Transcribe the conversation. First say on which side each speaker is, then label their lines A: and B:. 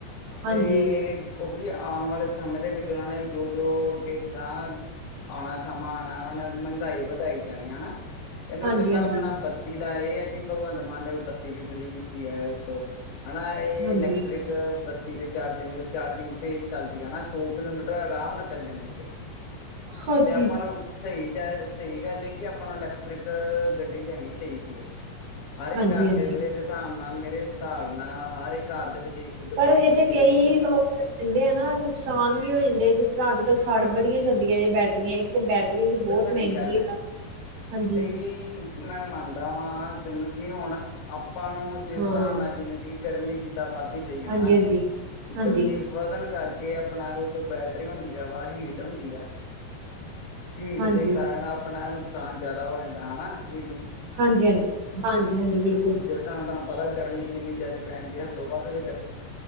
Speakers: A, on the right; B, on the left.
A: ਹਾਂਜੀ
B: ਤੇ ਕਿਉਂਕਿ ਆਉਣ ਵਾਲੇ ਸਮੇਂ ਦੇ ਵਿੱਚ ਉਹਨਾਂ ਨੇ ਜੋ ਜੋ ਅੱਗੇ ਗਾਂ ਆਉਣਾ। ਸਮਾਨ ਆ ਉਹਨਾਂ ਨੇ ਮਹਿੰਗਾਈ ਵਧਾਈ ਜਾਣੀ ਹਨਾ ਇਹਨੂੰ
A: ਹਾਂਜੀ
B: ਚੰਗਾ
A: ਹਾਂਜੀ
B: ਆਪਣਾ ਬੱਤੀ ਦਾ ਇਹ ਹੈ। ਕਿ ਭਗਵੰਤ ਮਾਨ ਨੇ ਬੱਤੀ ਵੀ ਫ੍ਰੀ ਕੀਤੀ ਹੈ ਉਤੋਂ ਹਨਾ ਇਹ
A: ਹਾਂਜੀ
B: ਇਲੈਕਟ੍ਰਿਕ। ਬੱਤੀ ਤੇ ਚਾਰਜਿੰਗ ਚਾਰਜਿੰਗ ਤੇ ਚੱਲਦੀ ਹੈਾ ਸੌ ਕਿਲੋਮੀਟਰ ਆਰਾਮ ਨਾਲ ਚੱਲ ਜਾਂਦੀ ਹੈ।
A: ਹਾਂਜੀ
B: ਤੇ ਆਪਣ ਸਹੀ ਚ ਸਹੀ ਗੱਲ ਹੈ ਕਿ ਆਪਾਂ ਲ। ਗੱਡੀ ਲੈਣੀ ਚਾਹੀਦੀ ਹੈ ਹਰ ਇੱਕ
A: ਹਾਂਜੀ
B: ਘਰ
A: ਹਾਂਜੀ
B: ਚ ਮੇਰੇ ਹਿਸਾਬ ਨਾਲ ਮੇਰੇ ਹਿਸਾਬ। ਨਾ ਹਰ ਇੱਕ ਘਰ ਦੇ ਵਿੱਚ ਇੱਕ ਗੱਡੀ
A: ਪਰ ਇਹਦੇ
B: ਹੋਣੀ ਚਾਹੀਦੀ
A: ਕਈ
B: ਆ।
A: ਲੋਕ ਕਹਿੰਦੇ ਆ ਨਾ ਨੁਕਸਾਨ ਵੀ ਹੋ ਜਾਂਦੇ ਜਿਸ ਤਰ੍ਹਾਂ ਅੱਜ ਕੱਲ੍ਹ ਸੜ ਬੜੀਆਂ ਜਾਂਦੀਆਂ ਜੇ ਬੈਟਰੀਆਂ। ਤੇ ਬੈਟਰੀ ਦੀ ਬਹੁਤ
B: ਦੱਸਾਂ
A: ਮਹਿੰਗੀ
B: ਗੱਲ ਹੈ
A: ਆ ਹਾਂਜੀ।
B: ਕੀ। ਮੈਂ ਮੰਨਦਾ ਵਾਂ। ਕਿਤਲਬ ਕਿ ਹੁਣ ਆਪਾਂ ਨੂੰ ਜਿਸ ਹਿਸਾਬ
A: ਹਾਂ
B: ਨਾਲ ਜਿਵੇਂ ਕਿ ਗਰਮੀ ਜਿੱਦਾਂ ਵੱਧਦੀ ਪਈ ਹਨਾ।
A: ਹਾਂਜੀ ਹਾਂਜੀ ਹਾਂਜੀ
B: ਗਰਮੀ ਵਧਣ ਕਰਕੇ ਆਪਣਾ ਉਤੋਂ ਬੈਟਰੀ ਹੁੰਦੀ ਆ ਵਾ ਹੀਟ ਹੁੰਦੀ ਆ। ਹੀਟ
A: ਹਾਂਜੀ
B: ਦੇ ਕਾਰਨ
A: ਹਾਂਜੀ
B: ਆਪਣਾ ਨੁਕਸਾਨ ਜ਼ਿਆਦਾ ਹੋ ਜਾਂਦਾ ਹਨਾ ਹੀ।
A: ਹਾਂਜੀ ਹਾਂਜੀ ਹਾਂਜੀ ਹਾਂਜੀ ਬਿਲਕੁਲ।
B: ਜਿਸ ਤਰ੍ਹਾਂ ਤੁਹਾਨੂੰ ਪਤਾ ਗਰਮੀ ਕਿੰਨੀ ਜ਼ਿਆਦਾ ਪੈ ਜਾਂਦੀ ਹੈ ਦੋ ਪਾਸੇ।